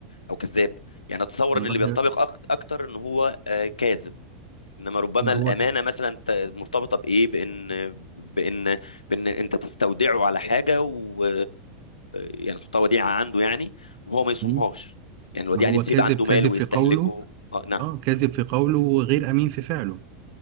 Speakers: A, on the left (about 80°); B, on the right (about 45°).
A: او كذاب يعني اتصور
B: والله
A: ان اللي بينطبق أك- اكتر ان هو آه، كاذب انما ربما
B: ما
A: الامانه
B: هو ك...
A: مثلا ت- مرتبطه بايه بان بان بان انت تستودعه على حاجه و يعني تحطها وديعه عنده يعني وهو ما يصونهاش
B: مم.
A: يعني الوديعه
B: ما هو
A: دي تسيب
B: كاذب
A: عنده
B: كاذب
A: مال ويستهلكه
B: في قوله
A: اه نعم
B: اه كاذب في قوله وغير امين في فعله